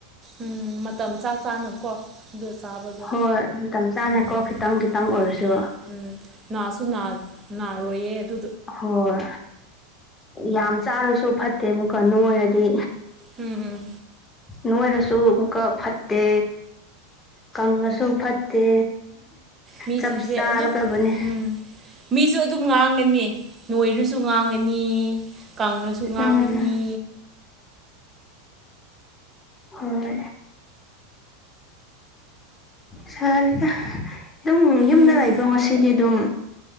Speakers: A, on the right; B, on the left.
A: ꯎꯝ ꯃꯇꯝ ꯆꯥ ꯆꯥꯅꯀꯣ ꯑꯗꯨ ꯆꯥꯕꯗꯣ
B: ꯍꯣꯏ ꯃꯇꯝ ꯆꯥꯅꯀꯣ
A: ꯎꯝ
B: ꯈꯤꯇꯪ ꯈꯤꯇꯪ ꯑꯣꯏꯔꯁꯨ
A: ꯎꯝ ꯎꯝ ꯅꯥꯁꯨ ꯅꯥꯗꯦ ꯅꯔꯣꯏꯌꯦ ꯑꯗꯨ
B: ꯍꯣꯏ ꯌꯥꯝ ꯆꯥꯔꯁꯨ ꯐꯠꯇꯦ ꯑꯃꯨꯛꯀꯥꯅꯨ ꯑꯣꯏꯔꯗꯤ
A: ꯎꯝ ꯎꯝ
B: ꯅꯣꯏꯅꯁꯨ ꯑꯃꯨꯛꯀ ꯐꯠꯇꯦ ꯀꯪꯉꯁꯨ ꯐꯠꯇꯦ
A: ꯃꯤꯁꯤꯡꯁꯦ
B: ꯆꯞ ꯆꯥꯒꯗꯕꯅꯦ
A: ꯑꯗꯨꯝ ꯎꯝ ꯃꯤꯁꯨ ꯑꯗꯨꯝ ꯉꯥꯡꯒꯅꯤ ꯅꯣꯏꯔꯨꯁꯨ ꯁꯨ ꯉꯥꯡꯉꯅꯤ ꯀꯥꯡꯁꯨ ꯉꯥꯡꯒꯅꯤ
B: ꯎꯝ ꯍꯣꯏ ꯁꯀ ꯑꯗꯨꯝ ꯌꯨꯝꯗ
A: ꯎꯝ
B: ꯂꯩꯕ ꯉꯁꯤꯗꯤ ꯑꯗꯨꯝ